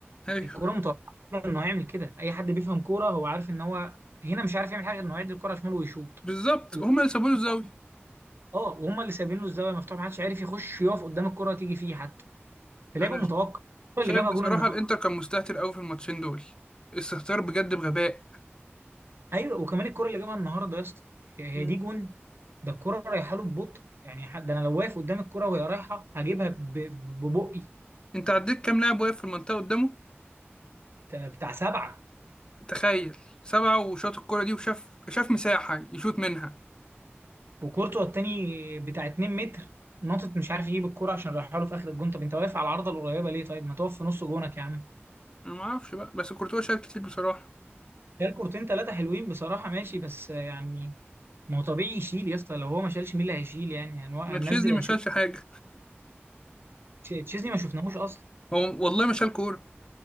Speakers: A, on the left; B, on the right.
A: ايوه
B: الكرة متوقعة إنه هيعمل كده أي حد بيفهم كورة هو عارف إن هو هنا مش عارف يعمل حاجة غير إنه يعدي الكرة على شماله ويشوط
A: بالظبط
B: ال-
A: هما اللي سابوا له الزاويه
B: <laughs> اه وهم اللي سايبين له الزاويه مفتوحه ما حدش عارف يخش يقف قدام الكره تيجي فيه حتى فلعبه
A: انا
B: متوقع الكره
A: شايف
B: اللي جابها
A: بصراحة
B: جون النهارده
A: الانتر كان مستهتر قوي في الماتشين دول استهتار بجد بغباء
B: ايوه وكمان الكره اللي جابها النهارده يا اسطى هي هي
A: مم.
B: دي جون ده الكره رايحه له ببطء يعني حد انا لو واقف قدام الكره وهي رايحه هجيبها ب- ب- ببقي
A: انت عديت كام لاعب واقف في المنطقة قدامه
B: بتاع سبعه
A: تخيل سبعة وشاط الكرة دي وشاف شاف مساحة يشوط منها
B: وكورتوا التاني بتاع 2 متر ناطط مش عارف يجيب الكوره عشان رايحها له في اخر الجون طب انت واقف على العارضه القريبه ليه طيب ما تقف في نص جونك يا عم
A: انا ما اعرفش بقى بس كورتوا شال كتير بصراحة
B: شال كورتين ثلاثه حلوين بصراحه ماشي بس يعني ما هو طبيعي يشيل يا اسطى لو هو ما شالش مين اللي هيشيل يعني هنو- هننزل
A: ما تشيزني ما
B: انشيلوتي
A: شالش حاجة
B: تشيزني ما شفناهوش اصلا
A: هو والله ما شال كورة